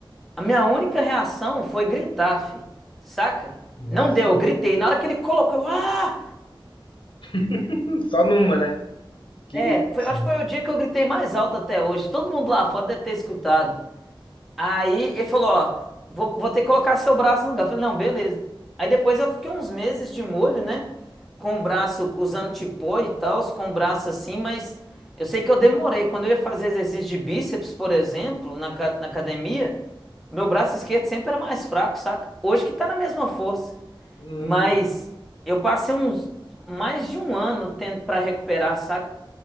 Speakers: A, in the centre; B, on the left.
A: a minha única reação foi gritar, fi, saca?
B: Nossa.
A: Não deu, eu gritei. Na hora que ele colocou, eu, ah!
B: <laughs> Só numa, né? Que
A: É, foi,
B: isso.
A: acho que foi o dia que eu gritei mais alto até hoje. Todo mundo lá fora deve ter escutado. Aí ele falou, ó, vou, vou ter que colocar seu braço no lugar. Eu falei, não, beleza. Aí depois eu fiquei uns meses de molho, né? Com o braço, usando tipó e tal, com o braço assim, mas eu sei que eu demorei. Quando eu ia fazer exercício de bíceps, por exemplo, na, ca- na academia, meu braço esquerdo sempre era mais fraco, saca? Hoje que tá na mesma força.
B: Hum,
A: Mas eu passei uns mais de um ano ten- pra recuperar, saca?